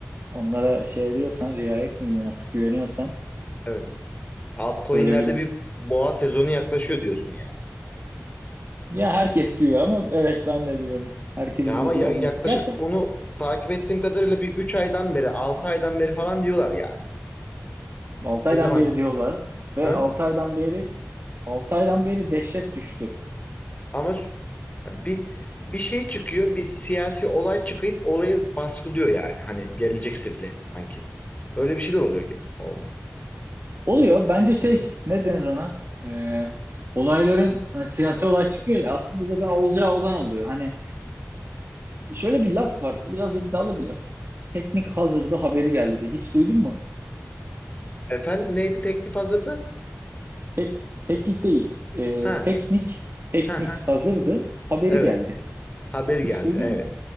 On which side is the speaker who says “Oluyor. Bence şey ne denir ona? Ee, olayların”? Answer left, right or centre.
Right